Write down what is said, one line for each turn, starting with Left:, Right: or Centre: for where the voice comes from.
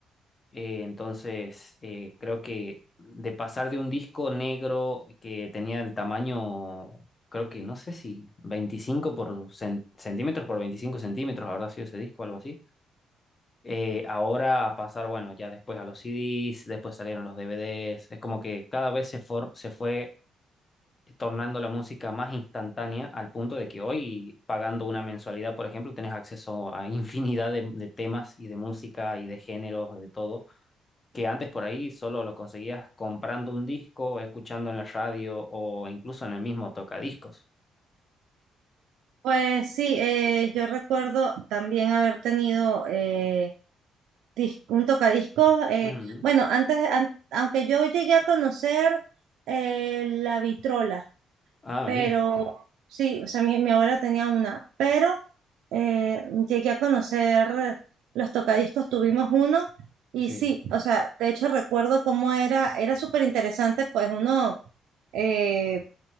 Left: Eh, entonces, eh, creo que de pasar de un disco negro que tenía el tamaño, creo que no sé si 25 por cen- centímetros por 25 centímetros habrá sido ese disco, algo así. Eh, ahora a pasar, bueno, ya después a los CDs, después salieron los DVDs. Es como que cada vez se, for- se fue tornando la música más instantánea al punto de que hoy, pagando una mensualidad, por ejemplo, tenés acceso a infinidad de de temas y de música y de géneros, de todo que antes por ahí solo lo conseguías comprando un disco, escuchando en la radio o incluso en el mismo tocadiscos.
Right: Pues sí, eh, yo recuerdo también haber tenido eh, dis- un tocadiscos. eh,
Left: Ujú.
Right: bueno, antes, an- aunque yo llegué a conocer eh, la vitrola,
Left: Ah,
Right: pero
Left: bien.
Right: sí, o sea, mi, mi abuela tenía una, pero eh, llegué a conocer los tocadiscos, tuvimos uno y
Left: Sí,
Right: sí, o sea, de hecho recuerdo cómo era, era súper interesante, pues uno... eh,